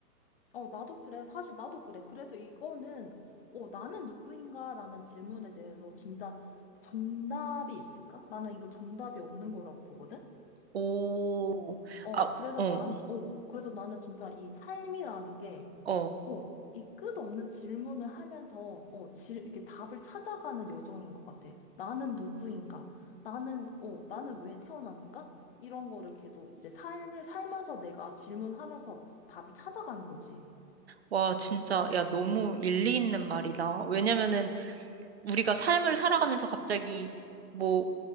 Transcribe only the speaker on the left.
어, 나도 그래. 사실 나도 그래. 그래서 이거는, 어, 나는 누구인가라는 질문에 대해서 진짜 정답이 있을까? 나는 이거 정답이 없는 거라고 보거든?
어,
그래서
난, 어, 그래서 나는 진짜 이 삶이라는 게,
어, 이 끝없는 질문을 하면서, 어, 질, 이렇게 답을 찾아가는 여정인 것 같아. 나는 누구인가? 나는, 어, 나는 왜 태어났는가? 이런 거를 계속 이제 삶을 살면서 내가 질문하면서 답을 찾아가는 거지.